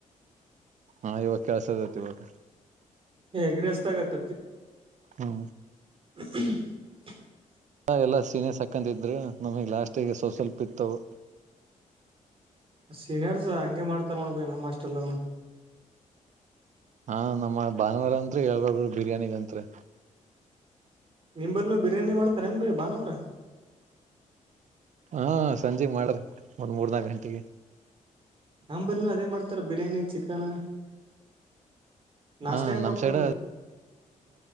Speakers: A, on the right; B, on the right.
A: ಹಾ ಇವಾಗ ಕೆಲ್ಸ ಅದತಿ ಇವಾಗ
B: ಹೂ ಎಗ್ ರೈಸ್ ದಾಗ <unintelligible>
A: ಹ್ಮ
B: <unintelligible>
A: ಎಲ್ಲಾ ಸೀನಿಯ ಸಕಂತಿದ್ರು ನಮಗ್ ಲಾಸ್ಟ್ಗೆ ಸ್ವಲ್ಪ ಸ್ವಲ್ಪ ಇತ್ತವು
B: ಸೀನಿಯರ್ಸ್ ಹಗೆ ಮಾಡ್ತಾರ ನೋಡ ಬೇನಾ ಮಾಸ್ಟರ್ಲೋಗನು
A: ಹಾ ನಮ್ಮ ಭಾನುವಾರ ಅಂರಿ ಎಳ್ ಬಿರಿಯಾನಿಂರಿ
B: ನಿಂಬಲ್ನ ಬಿರಿಯಾನಿ ಮಾಡ್ತಾರ ಹೆ ಭಾನವರ
A: ಹಾ ಸಂಜೆ ಮಾಡ್ರಿ ಒಂದ್ ಮೂರ್ನಾಕ ಗಂಟೆಗೆ
B: ನಂಬಲ್ನ ಅದೇ ಮಾಡ್ತಾರ ಬಿರಿಯಾನಿ ಚಿಕನ್ ನಾಷ್ಟ
A: ಹಾ
B: ಏನ್
A: ನಮ್
B: ಕೊಡ್ತಾರ
A: ಸೈಡ್
B: ಬೈ